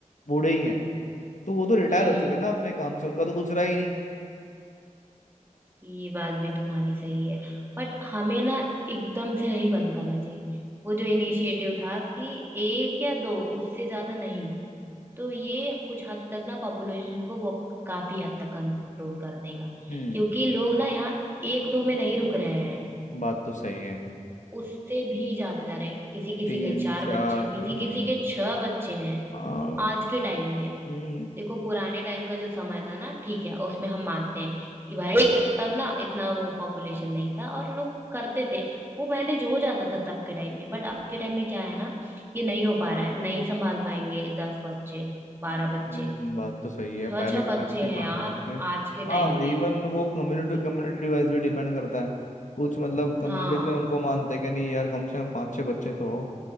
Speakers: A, on the left; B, on the right.
A: बूढ़े ही हैं तो वो तो रिटायर
B: हम्म
A: हो चुके हैं ना अपने काम से उनका तो कुछ रहा ही नहीं
B: ये बात भी तुम्हारी सही है बट हमें ना एकदम से नहीं बंद करना चाहिए वो जो इनिशिएटिव था कि एक या दो उससे ज्यादा नहीं तो ये कुछ हद तक ना पॉपुलेशन को बहुत काफी हद तक कंट्रोल कर देगा
A: हम्म
B: क्योंकि लोग ना यहाँ एक दो में नहीं रुक रहे हैं
A: बात तो सही है
B: उससे भी ज्यादा जा रहे हैं किसी किसी
A: तीन
B: के चार
A: चार
B: बच्चे हैं किसी
A: हम्म
B: किसी के छह बच्चे हैं
A: आ,
B: आज के टाइम में
A: हम्म
B: देखो पुराने टाइम का जो समय था ना ठीक है उसमें हम मानते हैं कि भाई तब ना इतना वो पॉपुलेशन नहीं था और लोग करते थे वो मैनेज हो जाता था तब के टाइम में बट अब के टाइम में क्या है ना ये नहीं हो पा रहा है नहीं संभाल पाएंगे दस बच्चे बारह बच्चे
A: हम्म, बात तो सही है
B: छह
A: पहले
B: छह
A: के टाइम
B: बच्चे
A: की
B: हैं
A: बात
B: यार
A: अलग थी
B: आज के टाइम
A: हाँ
B: पे
A: इवन वो
B: तो
A: कम्युनिटी
B: तुम
A: कम्युनिटी वाइज भी डिपेंड करता है कुछ मतलब कम्युनिटीज
B: हाँ
A: में उनको मानते हैं कि नहीं यार कम से कम पाँच छह बच्चे तो हो